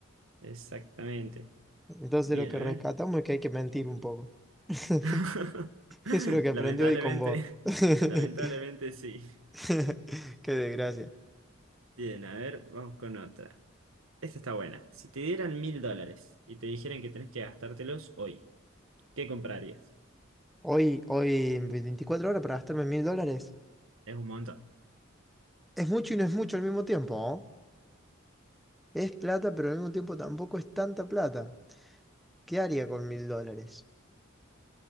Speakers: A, on the right (about 85°); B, in the centre.
A: Exactamente.
B: Entonces
A: Bien,
B: lo que
A: a
B: rescatamos
A: ver.
B: es que hay que mentir un poco. <laughs> Eso
A: <laughs>
B: es lo que aprendí
A: Lamentablemente,
B: hoy con vos. <laughs>
A: lamentablemente sí.
B: <laughs> Qué desgracia.
A: Bien, a ver, vamos con otra. Esta está buena. Si te dieran mil dólares y te dijeran que tenés que gastártelos hoy, ¿qué comprarías?
B: Hoy, hoy, en 24 horas para gastarme mil dólares.
A: Es un montón.
B: Es mucho y no es mucho al mismo tiempo, ¿no? Es plata, pero al mismo tiempo tampoco es tanta plata. ¿Qué haría con mil dólares?